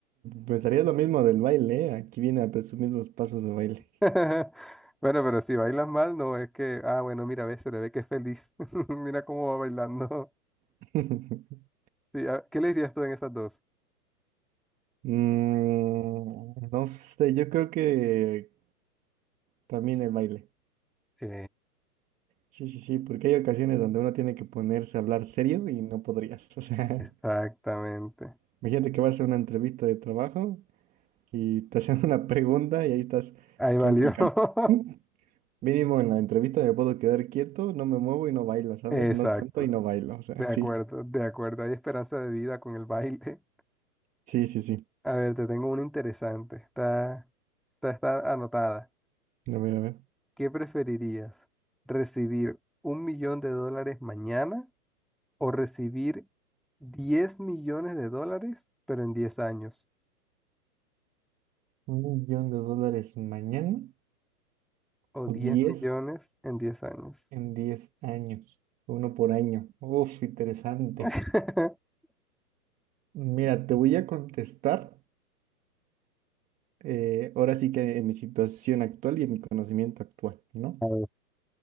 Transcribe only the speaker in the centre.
<laughs> Bueno, pero si bailas mal, no es que, ah, bueno, mira, ve, se le ve que es feliz. <laughs> Mira cómo va bailando. <laughs>
Sí, ah, ¿qué le dirías tú en esas dos?
Sí,
exactamente.
Ahí valió.
<laughs>
Exacto.
De acuerdo,
de acuerdo. Hay esperanza de vida con el baile.
<laughs> A ver, te tengo una interesante. Está, está, está anotada.
¿Qué preferirías? ¿Recibir un millón de dólares mañana o recibir diez millones de dólares, pero en 10 años?
o
10
millones en 10 años.
<laughs>
A ver,